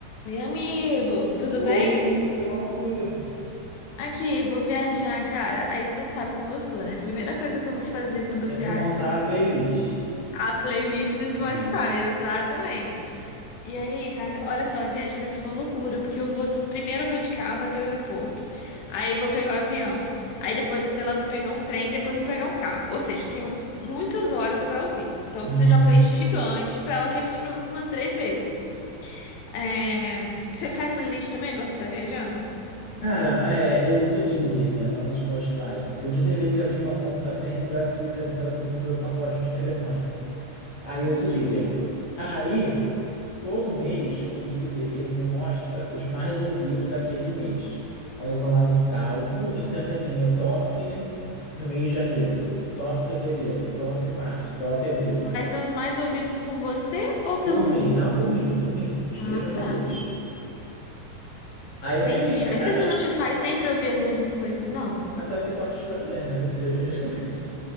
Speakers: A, on the left; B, on the left.
A: Oi, amigo, tudo
B: Oi,
A: bem?
B: tudo bom? Tudo.
A: Aqui, eu vou viajar, cara. Aí você sabe como eu sou, né? Primeira coisa que eu vou fazer quando
B: Tem
A: eu viajo,
B: que montar a playlist.
A: a playlist no
B: Ah,
A: Spotify, exatamente. E aí, cara, olha só, a viagem vai ser uma loucura, porque eu vou, primeiro eu vou de carro até o aeroporto, aí vou pegar o avião, aí depois descer lá, vou pegar um trem, depois vou pegar um carro. Ou seja, eu tenho muitas horas pra ouvir. Então eu
B: uhum.
A: preciso de uma playlist gigante pra ela repetir pelo menos umas três vezes. É... Você faz playlist também quando você tá viajando?
B: Cara, é, eu uso o Deezer, né? Não uso o Spotify, porque o Deezer ele já tem uma conta premium gratuita pelo meu, meu pacote de telefone. Aí
A: Hum.
B: eu uso o Deezer. Aí, todo mês, o Deezer ele me mostra os mais ouvidos daquele mês. Aí eu vou lá e salvo. Então tem assim, meu top do mês de janeiro, top fevereiro, top março, top abril.
A: Mas é os mais ouvidos por você ou
B: Por
A: pelo
B: mim,
A: mundo?
B: não, por mim, por mim, os
A: Ah,
B: meus mais
A: tá.
B: ouvidos. Aí também
A: Entendi.
B: é, é
A: Mas
B: cada.
A: isso não te faz sempre ouvir as mesmas coisas, não?
B: Mas é o que eu gosto de fazer, <laughs> eu sempre vejo as coisas.